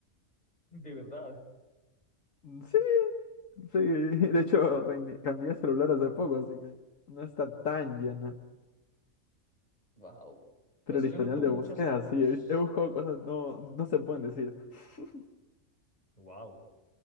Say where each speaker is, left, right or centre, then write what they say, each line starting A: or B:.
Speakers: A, on the left; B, on the left.
A: <laughs> De verdad.
B: Mm, Sí, sí. <laughs> De hecho, reini- cambié de celular hace poco, así que no está tan llena.
A: Wow.
B: Pero
A: Pues
B: el
A: yo
B: historial
A: no tomo
B: de
A: muchas
B: búsqueda,
A: fotos.
B: sí. He, vis- he buscado cosas no, no se pueden decir. <laughs>
A: Wow.